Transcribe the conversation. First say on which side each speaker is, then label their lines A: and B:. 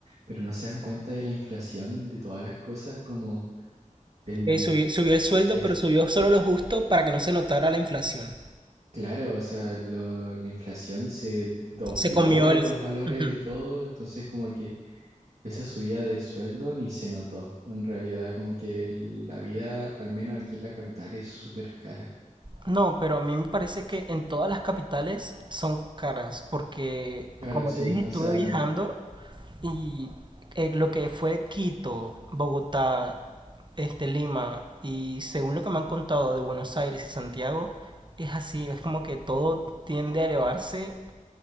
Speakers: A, on the right (about 55°); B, on the right (about 35°).
A: pero no se dan cuenta de la inflación de todas las cosas, como el,
B: Eh, subió, subió el sueldo,
A: el
B: pero subió solo lo justo para que no se notara la inflación.
A: claro, o sea, lo- la inflación se dobló
B: Se comió el...
A: los valores
B: Ujú.
A: de todo, entonces como que esa subida de sueldo ni se notó. En realidad, como que la vida, al menos aquí en la capital, es súper cara.
B: No, pero a mí me parece que en todas las capitales son caras, porque
A: Claro,
B: como
A: sí,
B: te dije, estuve
A: o sea,
B: viajando y eh, lo que fue Quito, Bogotá, este, Lima, y según lo que me han contado de Buenos Aires y Santiago, es así, es como que todo tiende a elevarse.